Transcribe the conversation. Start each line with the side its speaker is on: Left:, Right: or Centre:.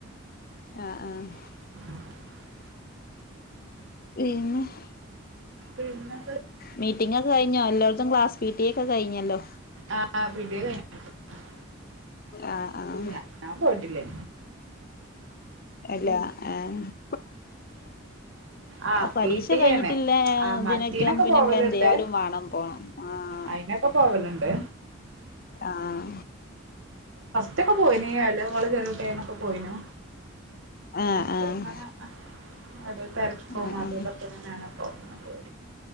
Left: ആഹ ആഹ <unintelligible>
Right: <inaudible>
Left: <unintelligible>
Right: പിന്നെ
Left: മീറ്റിങ്ങക്കെ കഴിഞ്ഞോ എല്ലായിടത്തും ക്ലാസ് കിട്ടിയൊക്കെ കഴിഞ്ഞല്ലോ
Right: ആഹ് പിട <unintelligible>
Left: ആഹ് ആഹ്
Right: ഞ ഞാൻ പോയിട്ടില്ലേ
Left: അല്ല <unintelligible>
Right: ആ
Left: പരീക്ഷ
Right: പി ടി
Left: കഴിഞ്ഞിട്ടില്ല
Right: ആണ് ആ
Left: ഇതിനൊക്കെ
Right: മറ്റീനൊക്കെ
Left: പിന്നെ
Right: പോവലുണ്ട്
Left: നമ്മള എന്ത ചെയ്യാലും വേണം പോണം ആ
Right: അതിനൊക്കെ പോവലുണ്ട്
Left: ആഹ
Right: ഇറ്റൊക്കെ പോയിനയാള് മോള് ചെറിയട്ടൈനൊക്കെ പോയിനു
Left: ആഹ്
Right: ഇപ്പ
Left: ആഹ്
Right: ഇങ്ങനെ അത് തലപ്പവും
Left: ആഹ്
Right: അതതൊക്കെങ്ങനെയാണ് പോകുന്നത്